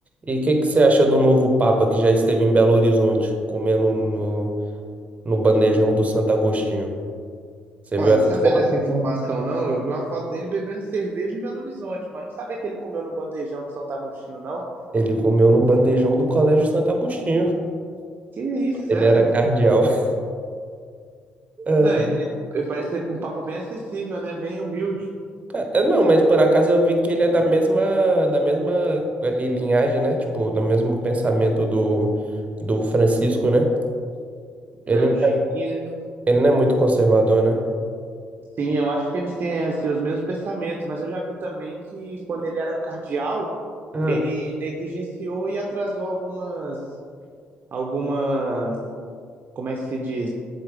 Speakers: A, on the right; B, on the right.
A: E o que que você acha do novo Papa que já esteve em Belo Horizonte, comendo no, no bandejão do Santo Agostinho? Você viu
B: Ué,
A: essa
B: não sabia
A: foto?
B: dessa informação, não. Eu vi uma foto dele bebendo cerveja em Belo Horizonte, mas não sabia que ele comeu no bandejão de Santo Agostinho, não.
A: Ele comeu no bandejão do Colégio Santo Agostinho.
B: Que isso,
A: Ele
B: sério?
A: era cardeal. <laughs> Ah,
B: Não, ele, ele- ele parece ser um papo bem acessível, né? Bem humilde,
A: ca- eu não, mas por acaso eu vi que ele é da mesma, da mesma ali, linhagem, né? Tipo, do mesmo pensamento do, do Francisco, né? Ele,
B: né? Do Chiquinho, né?
A: ele não é muito conservador, né?
B: Sim, eu acho que eles têm assim, os mesmos pensamentos, mas eu já vi também que quando ele era cardeal,
A: Ah,
B: ele negligenciou e atrasou algumas, algumas, como é que se diz?